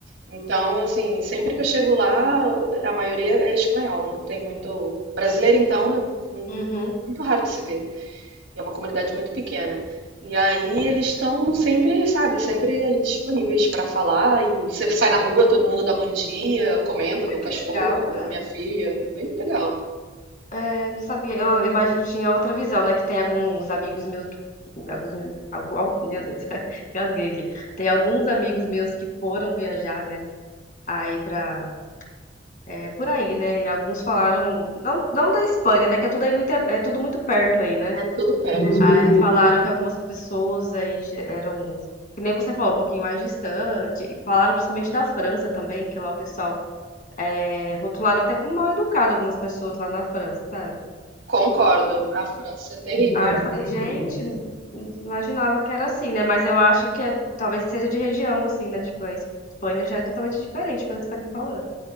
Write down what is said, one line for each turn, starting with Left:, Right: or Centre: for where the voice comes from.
Right: Então, assim, sempre que eu chego lá, a maioria é espanhol, não tem muito. Brasileiro, então, eu
Left: Uhum.
Right: muito raro de se ver. E é uma comunidade muito pequena. E aí eles estão sempre, sabe, sempre ali disponíveis para falar. E você sai na rua, todo mundo dá bom dia, comenta
Left: Ai,
Right: do cachorro,
Left: que legal,
Right: da
Left: né?
Right: minha filha. Bem legal.
Left: É, Eu não sabia, eu imagi- tinha outra visão, né? Que tem alguns amigos meus que. que- Alguns meus, algum- al- meu Deus, <laughs> gasguei aqui. Tem alguns amigos meus que foram viajar, né? Aí pra. É por aí, né? E alguns falaram. Não, não da Espanha, né? Que é tudo aí muito, é tudo muito perto aí, né?
Right: É tudo perto.
Left: Aí falaram que algumas pessoas aí já eram. assim, Que nem você falou, um pouquinho mais distante. Falaram principalmente da França também, que lá o pessoal é, rotularam até como mal educado algumas pessoas lá na França, sabe?
Right: Concordo, a França é terrível.
Left: Ah, eu falei, gente, não imaginava que era assim, né? Mas eu acho que é- talvez seja de região, assim, né? Tipo, a Espanha já é totalmente diferente pelo que você tá me falando.